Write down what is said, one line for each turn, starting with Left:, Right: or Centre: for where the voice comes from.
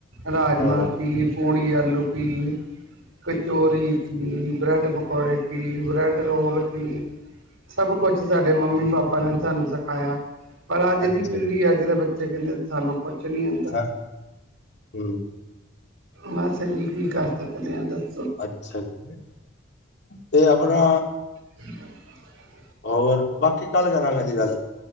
Right: ਰਾਜਮਾਹ
Left: ਹਾਂ
Right: ਕੀ ਪੂ ਰੀ ਆਲੂ ਕੀ ਕਚੋਰੀ ਕੀ ਬ੍ਰੈਡ ਪਕੌੜੇ ਕੀ ਬ੍ਰੈਡ ਰੋਲ ਪੀ ਸਭ ਕੁਛ ਸਾਡੇ ਮੰਮੀ ਪਾਪਾ ਨੇ ਸਾਨੂੰ ਸਿਖਾਇਆ ਪਰ ਅੱਜ
Left: ਅੱਛਾ
Right: ਦੀ ਪੀੜ੍ਹੀ
Left: ਜੀ,
Right: ਆ ਅੱਜ ਦੇ ਬੱਚੇ ਕਹਿੰਦੇ ਸਾਨੂੰ ਕੁਛ ਨੀ ਆਉਂਦਾ
Left: ਹਾਂ ਹੂੰ,
Right: ਬਸ ਜੀ ਕੀ ਕਰ ਸਕਦੇ ਹਾਂ ਦੱਸ
Left: ਅੱਛਾ ਜੀ ਤੇ ਆਪਣਾ
Right: ਹੂੰ
Left: ਹੋਰ ਬਾਕੀ ਕੱਲ੍ਹ ਕਰਾਂਗੇ ਜੀ ਗੱਲ